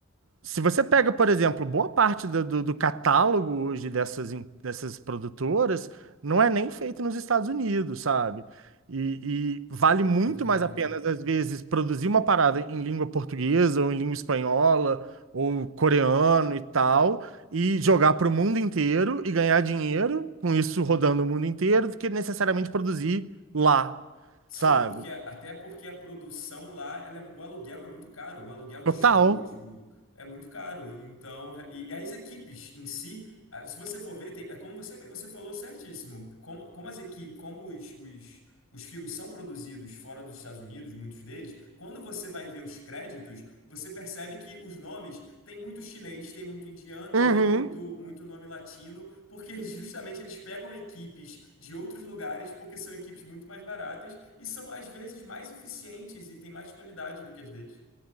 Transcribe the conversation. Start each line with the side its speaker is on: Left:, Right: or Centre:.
Right: Se você pega, por exemplo, boa parte do, do- do catálogo hoje dessas, em- dessas produtoras, não é nem feito nos Estados Unidos, sabe? E, e vale muito
Left: é verdade.
Right: mais a pena, às vezes, produzir uma parada em língua portuguesa, ou em língua espanhola, ou coreano e tal, e jogar para o mundo inteiro e ganhar dinheiro com isso rodando o mundo inteiro, do que necessariamente produzir lá,
Left: Sim,
Right: sabe?
Left: porque até porque a produção lá, ela é- o aluguel é muito caro, o aluguel de
Right: Total.
Left: estúdio é muito caro. Então, é, e as equipes em si, ah, se você for ver, tem- é como você você falou certíssimo, como, como as equipes, como os, os os filmes são produzidos fora dos Estados Unidos, muitos deles, quando você vai ver os créditos, você percebe que os nomes tem muito chinês, tem muito indiano,
Right: Uhum.
Left: tem muito, muito nome latino, porque <laughs> justamente eles pegam equipes de outros lugares, porque são equipes muito mais baratas e são às vezes mais eficientes e têm mais qualidade do que as deles.